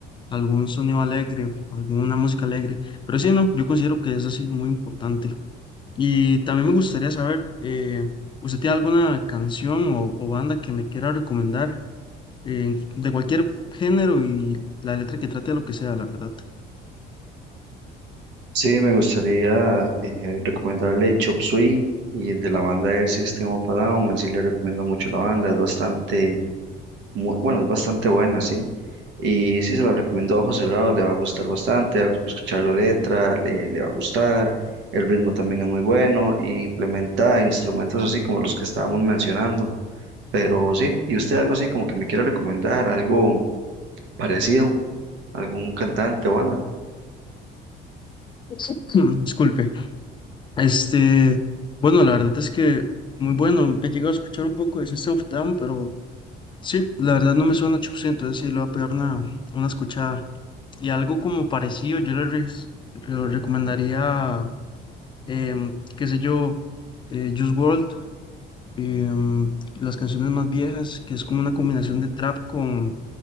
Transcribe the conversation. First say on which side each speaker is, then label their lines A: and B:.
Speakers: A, on the left; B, on the right.
A: algún sonido alegre, alguna música alegre. Pero sí, no, yo considero que es así muy importante. Y también me gustaría saber, eh, ¿usted tiene alguna canción o, o banda que me quiera recomendar eh, de cualquier género y la letra que trate de lo que sea, la verdad?
B: Sí, me gustaría eh, recomendarle Chop Suey y de la banda de System of a Down. En sí le recomiendo mucho la banda, es bastante mu- bueno, es bastante buena, sí. Y sí, se la recomiendo a ojos cerrados, le va a gustar bastante, a- escuchar la letra, le, le va a gustar, el ritmo también es muy bueno y implementa instrumentos así como los que estábamos mencionando. Pero sí, ¿y usted algo así como que me quiera recomendar, algo parecido, algún cantante o banda?
A: <laughs> Disculpe. Este, bueno, la verdad es que muy bueno. He llegado a escuchar un poco de System of a Down, pero sí, la verdad no me suena mucho, sí, entonces sí le voy a pegar una, una escuchada. Y algo como parecido, yo le, re- le recomendaría, em, qué sé yo, eh, Juice WRLD, em, las canciones más viejas, que es como una combinación de trap con,